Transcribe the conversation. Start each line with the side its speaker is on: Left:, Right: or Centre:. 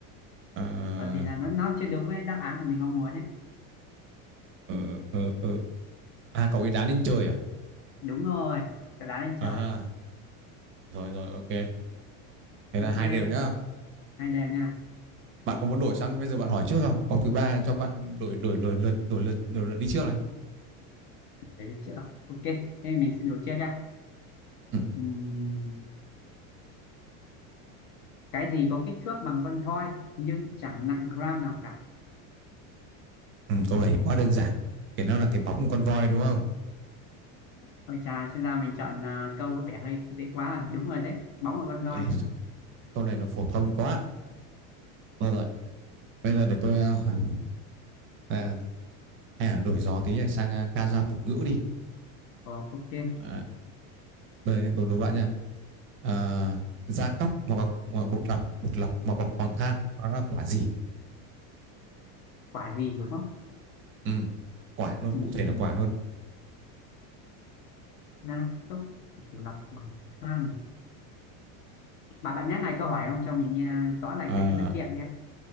Right: À,
Left: bởi vì là nó nó chưa đúng với đáp án mà mình mong muốn ấy
Right: ờ, ờ, ờ. à cậu ấy đá lên trời à?
Left: đúng rồi cả đá lên
Right: À
Left: trời
Right: rồi rồi ok. Thế là
Left: ok
Right: hai đều nhá.
Left: hai đều nha
Right: Bạn có muốn đổi sang bây giờ bạn hỏi trước không? Có thứ ba cho bạn đổi đổi đổi lượt đổi lượt đổi lượt đi trước này.
Left: để đi trước rồi ok thế mình sẽ đổ trước nha
Right: Ừ.
Left: Ừm, cái gì có kích thước bằng con voi nhưng chẳng nặng gram nào cả
Right: Ừ, câu này quá đơn giản. Cái nó là cái bóng của con voi đúng không?
Left: ôi chà xem ra mình chọn à, câu có vẻ hơi dễ quá rồi đúng rồi đấy bóng của con voi
Right: Ấy, câu này nó phổ thông quá. Rồi rồi. Bây giờ để tôi ờ, hỏi à, hay là đổi gió tí sang uh, ca dao tục ngữ đi
Left: Ồ, ok
Right: à, bây giờ bạn nha à, da cóc mà bọc mà bột lọc bột lọc mà bọc hòn than đó là quả gì
Left: quả gì đúng không
Right: ừ. quả luôn
Left: Ừm,
Right: cụ thể là quả luôn
Left: gia tốc lọc bằng than bạn bạn nhắc lại câu hỏi không cho mình nghe rõ lại
Right: à,
Left: cái, cái dữ kiện nhé.